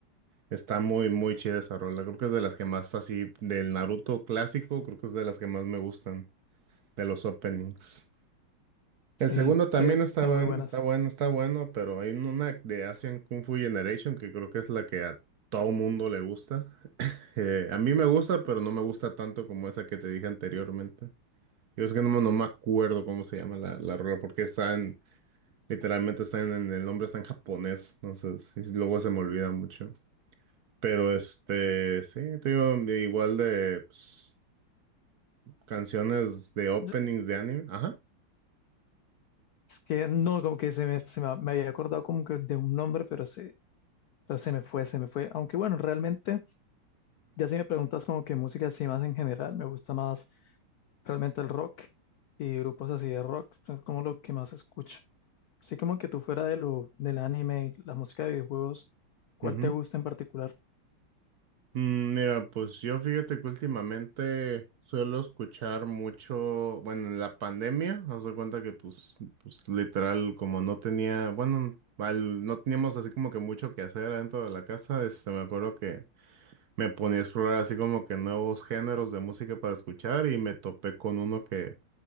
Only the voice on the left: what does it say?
sí,
tiene,
tiene
muy buenas.
Yo-
Es que no, como que se me, se me, me había acordado como que de un nombre, pero se, pero se me fue, se me fue. Aunque bueno, realmente, ya si me preguntas como que música así más en general, me gusta más realmente el rock y grupos así de rock, es como lo que más escucho. Así como que tú fuera de lo, del anime, y la música de videojuegos, ¿cuál
te gusta en particular?